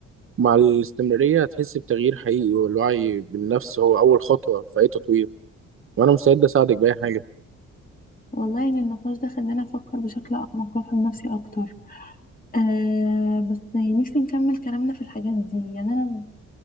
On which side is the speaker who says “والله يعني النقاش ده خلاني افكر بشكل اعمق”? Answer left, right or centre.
Left